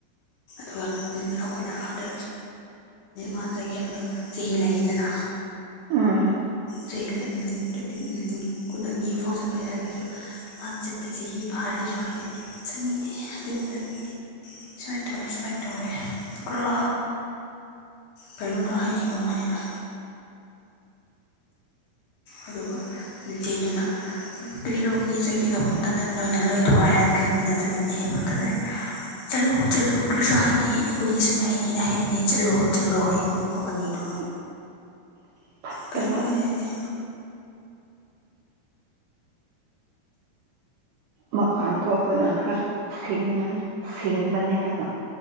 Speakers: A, on the left; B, on the right.
A: ꯑꯗꯨꯒ ꯑꯩꯈꯣꯏꯅ ꯑꯥꯗ ꯃꯥꯖꯒꯦ ꯍꯥꯏꯕꯗꯣ ꯆꯍꯤ ꯂꯩꯗꯅ
B: ꯎꯝ
A: ꯆꯍꯤ ꯀꯨꯟ ꯑꯅꯤꯐꯥꯎ ꯆꯠꯄ ꯌꯥꯏ ꯍꯥꯏꯕꯁꯨ <unintelligible> ꯆꯍꯤ ꯐꯥꯔꯁꯨ ꯍꯥꯏꯗꯕꯅꯦ ꯆꯅꯤꯡꯗꯦ ꯑꯗꯨꯛ ꯇꯪꯗꯤ ꯁꯨꯃꯥꯏꯟ ꯇꯧꯋꯦ ꯁꯨꯃꯥꯏꯟ ꯇꯧꯋꯦ ꯒ꯭ꯔꯥ ꯀꯩꯅꯣꯗ ꯍꯥꯏꯈꯤꯕ ꯋꯥꯅꯤꯗ ꯑꯗꯨꯒ ꯅꯤꯄꯤꯗꯨꯅ ꯀꯔꯤꯔꯣ ꯃꯤ ꯆꯠꯀꯦ ꯗꯧꯕ ꯃꯇꯝꯗ ꯅꯣꯏꯅ ꯂꯣꯏ ꯊꯨꯒꯥꯏꯍꯟꯈ꯭ꯔꯃꯤꯅ ꯆꯠꯅꯤꯡꯉꯦ ꯍꯥꯏꯕ ꯃꯇꯝꯗ ꯆꯠꯂꯨ ꯆꯠꯂꯨ ꯀꯔꯤꯁꯨ ꯍꯥꯏꯗꯤ ꯑꯩꯈꯣꯏꯗꯤ ꯁꯨꯃꯥꯏꯌꯦꯅ ꯍꯥꯏꯕꯅꯦ ꯆꯠꯂꯨ ꯆꯠꯂꯣ ꯍꯥꯌꯦ ꯃꯀꯣꯛ ꯑꯅꯤꯗꯣ
B: <inaudible> ꯐꯠꯇꯕ
A: ꯀꯩꯁꯨ ꯀꯥꯏꯗꯦ ꯍꯥꯏꯒꯦ
B: ꯃꯄꯥꯟ ꯊꯣꯛꯄꯅ ꯈꯔ ꯁꯤꯡꯕꯅꯤ ꯁꯤꯡꯕꯅꯤ ꯍꯥꯏꯕ